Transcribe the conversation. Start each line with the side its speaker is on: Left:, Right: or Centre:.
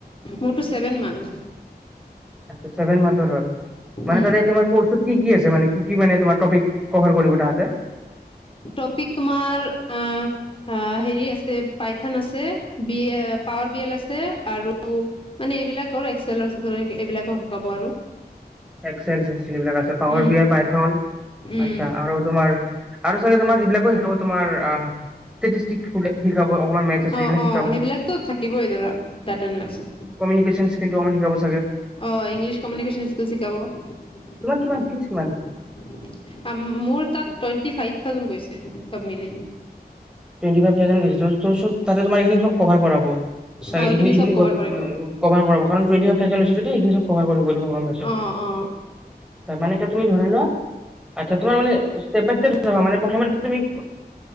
Left: মোৰতো ছেভেন মান্থ
Centre: আচ্ছা ছেভেন মান্থৰ হয়। মানে
Left: উম
Centre: তাৰে তোমাৰ ক কি কি আছে মানে কি কি মানে তোমাৰ টপিক কভাৰ কৰিব তাহাতে
Left: টপিক তোমাৰ আ হেৰি আছে পাইথান আছে বিএ পাৱাৰ বি এল আছে আৰু মানে এইবিলাক আৰু এক্সেল এইবিলাকো শিকাব আৰু
Centre: এক্সেল সেক্সেল এইবিলাক আছে power
Left: um
Centre: B I python
Left: um
Centre: আচ্ছা আৰু তোমাৰ আৰু চাগে তোমাক সেইবিলাকো শিকাব তোমাৰ আ চেস্কিক শিকাব অকমান মেথচ আছে সেইবিলাকো
Left: অ অ
Centre: শিকাব
Left: সেইবিলাকতো থাকিবই ধৰা ডাটা এনালাইচিছ
Centre: কমিউনিকেশ্বন স্কিল্লটো অকমাণ শিকাব চাগে
Left: অ ইংলিছ কমিউনিকেশ্যন স্কিল মোৰ
Centre: তোমাৰ কিমান ফিজ কিমান
Left: তাত টোৱেন্তি ফাইভ থাউজেন গৈছে চব মিলি
Centre: টোৱেণ্টি ফাইভ থাউজেন গৈছে ততে তোমাৰ চব কভাৰ কৰা হব চাগে
Left: অ এইখিনি
Centre: ইখিন ইখিনি
Left: চব
Centre: কভাৰ
Left: কৰিব
Centre: কৰাব কাৰণ টোৱেন্টি ফাইভ থাউজেন লৈছে যদি ইখিনি চব কৰিব মই গম পাইছোঁ
Left: অ অ
Centre: মানে তুমি এতিয়া ধৰি লোৱা তোমাৰ মানে ষ্টেপ বাই ষ্টেপ শিকাব প্ৰথমতে তুমি